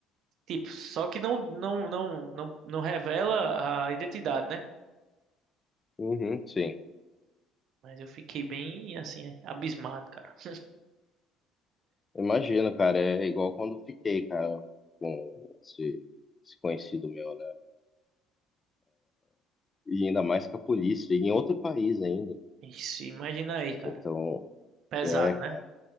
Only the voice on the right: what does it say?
tipo só que não não não não não revela a identidade né
Mas eu fiquei bem assim abismado, cara. <laughs>
Isso, imagina aí, cara.
Pesado,
né?